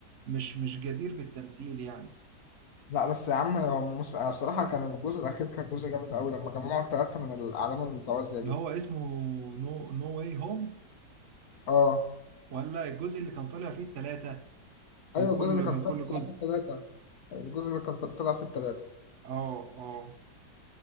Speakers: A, on the right; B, on the left.
A: مش مش جدير بالتمثيل يعني
B: لا بس يا عم هو مس... آه، الصراحة كان الجزء الأخير كان جزء جامد أوي لما جمعوا التلاتة من الأعلام المتوازية
A: اللي
B: دي
A: هو اسمه نو نو واي هوم
B: آه
A: ولا الجزء اللي كان طالع فيه التلاتة من
B: أيوة
A: كل
B: الجزء
A: من
B: اللي كان فيه- طلع
A: كل جزء
B: في التلاتة الجزء اللي كان فيه- طلع في التلاتة
A: اه اه